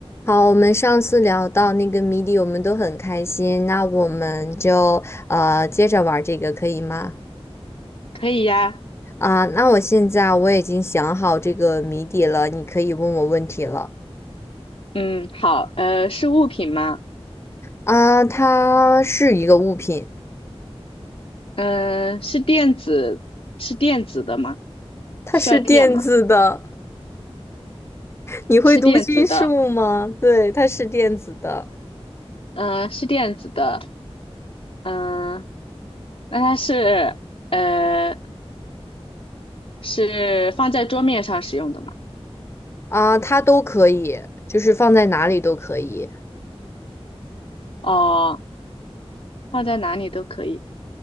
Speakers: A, on the left; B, on the left.
A: 好，我们上次聊到那个谜底，我们都很开心。那我们就呃接着玩这个，可以吗？
B: 可以呀，
A: 啊、那我现在啊我已经想好这个谜底了，你可以问我问题了。
B: 嗯，好，呃，是物品吗？
A: 啊、它是一个物品，
B: 嗯、是电子，是电子的吗？
A: 它是电子的。
B: 需要电吗？
A: 你会读心术吗？
B: 是电子的，
A: 对，它是电子的。
B: 嗯、是电子的，嗯、那它是，呃，是放在桌面上使用的吗？
A: 啊、它都可以，就是放在哪里都可以。
B: 哦，放在哪里都可以。